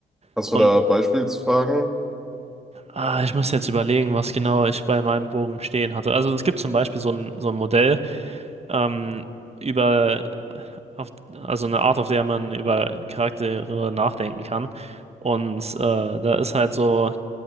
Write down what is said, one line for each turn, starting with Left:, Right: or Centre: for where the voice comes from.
Centre: Hast
Right: Und
Centre: du da Beispielsfragen?
Right: ah, ich muss jetzt überlegen, was genau ich bei meinem Bogen stehen hatte. Also es gibt zum Beispiel so ein, so ein Modell ähm, über, auf, also eine Art, auf der man über Charaktere nachdenken kann. Und äh, da ist halt so